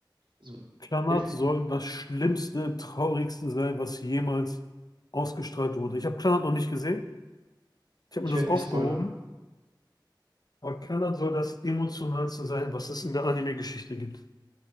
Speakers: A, on the right; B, on the left.
A: also
B: Klanath
A: Elfenlied.
B: soll das schlimmste, traurigste sein, was jemals ausgestrahlt wurde. Ich habe Klanath noch nicht gesehen. Ich habe
A: Ich
B: mir
A: werde
B: das aufgehoben.
A: nicht spoilern.
B: Aber Klanath soll das emotionalste sein, was es in der Anime-Geschichte gibt.